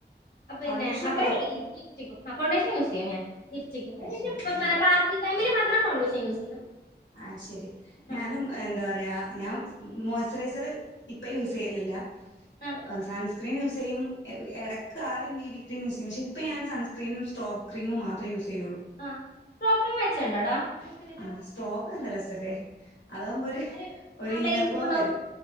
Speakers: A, on the left (about 60°); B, on the left (about 85°).
A: പിന്നെ
B: ഫൗണ്ടേഷൻ
A: അത്രേള്ളു
B: ഒക്കെ ഇടുവോ
A: ലിപ് ലിപ്സ്റ്റിക്കും ആഹ് ഫൗണ്ടേഷൻ യൂസ് ചെയ്യും ഞാൻ ലിപ്സ്റ്റിക്കും അത് കഴിഞ്ഞിട്ട്
B: ശരി
A: പ പ
B: ആഹ്
A: പാർട്ടി ട്ടൈമില് മാത്രം ഫൗണ്ടേഷൻ യൂസ് ചെയ്യും.
B: ആഹ് ശരി. ഞാനും
A: ആ
B: എന്താ പറയാ ഞാൻ മോയ്സ്റ്ററൈസർ ഇപ്പം യൂസ് ചെയ്യലില്ല
A: ആ
B: ഓഹ് ആഹ് സൺസ് ക്രീം യൂസ് ചെയ്യും എ എടക്ക് ആദ്യം ബി ബി ക്രീം യൂസെയ്യും പക്ഷെ ഇപ്പോ ഞാൻ സൺസ്ക്രീനും സ്ട്രോബ് ക്രീമും മാത്രേ യൂസെയ്യുള്ളൂ.
A: ആഹ് സ്ട്രോബ് ക്രീം മെച്ചണ്ടോടാ യൂസെയ്തിട്ട്?
B: ആഹ് സ്ട്രോബ് നല്ല രസല്ലേ അതാകുമ്പോ ഒര്
A: ഒരു
B: ഒര്
A: ആ
B: ഇന്നർ
A: ഗ്ലേസിംഗ്
B: ഗ്ലോ
A: ഉണ്ടാവും
B: വരും